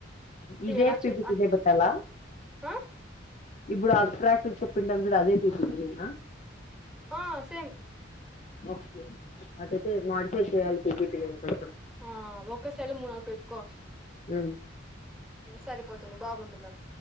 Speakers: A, on the left; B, in the centre.
A: ఇదే
B: ఎలా
A: పిపి
B: చే
A: ఇదే పెట్టాల
B: ఆ
A: ఇప్పుడు ఆ అట్రాక్ చెప్పిండం కూడా అదే ఆ
B: ఆ సేమ్
A: ఓకే అత్తే మోడిఫై చెలియా పిపిటి <unintelligible>
B: ఆ ఒక్క స్టలు మూడు నాలుగు పెట్టుకో
A: మ్మ్
B: సరిపోతుంది బాగుంటుంది